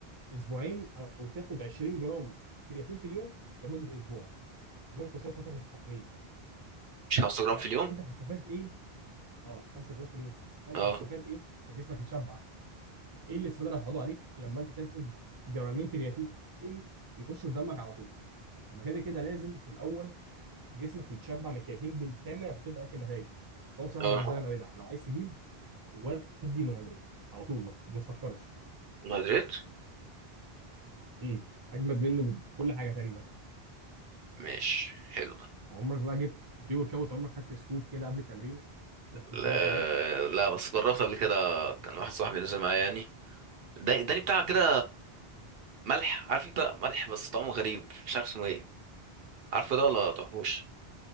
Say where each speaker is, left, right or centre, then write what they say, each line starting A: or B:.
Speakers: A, on the right; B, on the right.
A: اسبوعين او تاخد 20 جرام كرياتين في اليوم لمده اسبوع بين قوسين فتره التحميل
B: مش 5 جرام
A: فانت
B: في اليوم
A: هتستفاد ايه اه 5 جرام في اليوم فانت
B: اه
A: هتستفاد ايه عشان جسمك يتشبع ايه الاستفاده اللي هتقعدوا عليك لما انت تاخد جرامين كرياتين يخشوا في دمك على طول ما كده كده لازم في الاول جسمك يتشبع من الكرياتين بالكامل عشان تبدا تاكل نتائج فهو بصراحه
B: اه
A: بالنسبه لي انا بدعه لو عايز تجيب ودي منهدرات على طول ما ت- ما تفكرش
B: مونوهيدرات
A: امم اجمد منه ب- في كل حاجه تقريبا
B: مش حلو
A: عمرك بقى جبت بري ورك اوت عمرك خدت سكوب كده قبل التمرين شفت الدنيا
B: لا,
A: فيها ايه
B: لا بس جربت قبل كده كان واحد صاحبي نزل معايا يعني ده اداني بتاع كده ملح عارف انت ملح بس طعمه غريب مش عارف اسمه ايه عارفه ده ولا تعرفوش